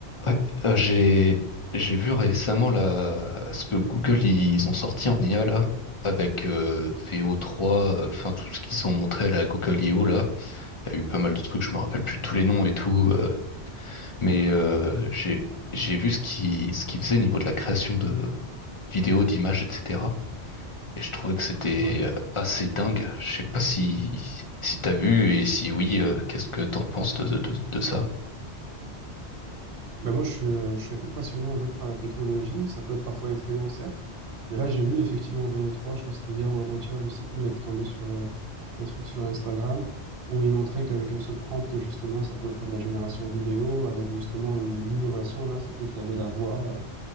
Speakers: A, on the left; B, on the right.
A: Ouais, euh, j'ai j'ai vu récemment là ce que Google ils ont sorti en IA là avec euh, VO3, euh, enfin tout ce qu'ils ont montré là, à la Google I.O. là. Il y a eu pas mal de trucs, je me rappelle plus tous les noms et tout, euh, mais euh, j'ai j'ai vu ce qui ce qu'ils faisaient au niveau de la création de vidéos, d'images, etc. Et je trouvais que c'était
B: Ouais.
A: euh, assez dingue. Je sais pas si si t'as vu et si oui, euh, qu'est-ce que t'en penses de, de, de ça?
B: Ben moi, je, suis euh, je suis un peu passionné en fait par la technologie. Ça peut être parfois effrayant, certes, mais là, j'ai vu effectivement VO3, je crois que c'était hier ou avant-hier, je sais plus, j'étais tombé sur euh, un truc sur Instagram où il montrait qu'avec un seul prompt, justement, ça pouvait faire de la génération vidéo. Avec justement l'innovation, là, c'était qu'il y avait la voix euh,